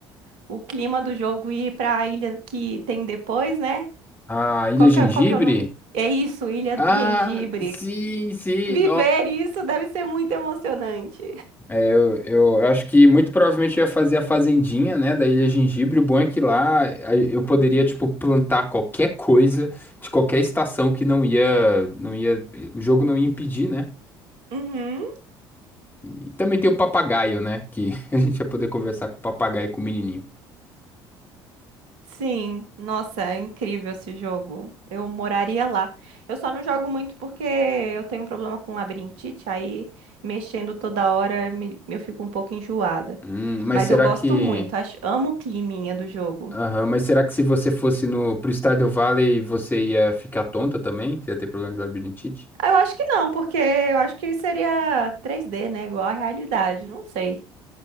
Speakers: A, on the right; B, on the left.
A: O clima do jogo e ir para a ilha que tem depois, né?
B: A Ilha
A: Qual
B: Gengibre?
A: que é, qual que é o nome? É isso, Ilha
B: Ah,
A: de Gengibre.
B: sim, sim,
A: Viver isso deve ser muito emocionante.
B: Eu, eu- eu acho que muito provavelmente eu ia fazer a fazendinha, né, da Ilha Gengibre. O bom é que lá a- eu poderia, tipo, plantar qualquer coisa de qualquer estação que não ia, não ia, o jogo não ia impedir, né?
A: Uhum,
B: E também tem o papagaio, né, que <laughs> a gente ia poder conversar com o papagaio e com o menininho.
A: sim. Nossa, é incrível esse jogo. Eu moraria lá. Eu só não jogo muito porque eu tenho um problema com labirintite, aí mexendo toda hora me- eu fico um pouco enjoada.
B: Hum, mas
A: Mas
B: será
A: eu gosto
B: que,
A: muito, acho, amo o climinha do jogo.
B: aham, mas será que se você fosse no pro Stardew Valley você ia ficar tonta também? Você ia ter problema de labirintite?
A: Ah, Eu acho que não, porque eu acho que seria 3D, né? Igual à realidade, não sei.